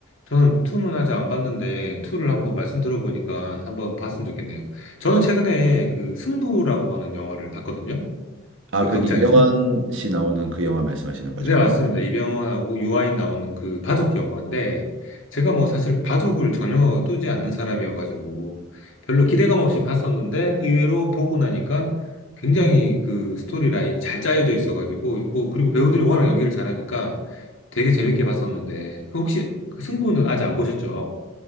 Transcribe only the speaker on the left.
저는 투는 아직 안 봤는데, 투를 한번 말씀 들어보니까 한번 봤으면 좋겠네요. 저는 최근에 그 승부라고 하는 영화를 봤거든요.
그
극장에서.
네, 맞습니다. 이병헌하고 유아인 나오는 그 바둑 영화인데, 제가 뭐 사실 바둑을 전혀 뜨지 않는 사람이어가지고, 별로 기대감 없이 봤었는데, 의외로 보고 나니까 굉장히 그 스토리 라인이 잘 짜여져 있어가지고, 뭐, 그리고 배우들이 워낙 연기를 잘하니까 되게 재밌게 봤었는데, 그 혹시 그 승부는 아직 안 보셨죠?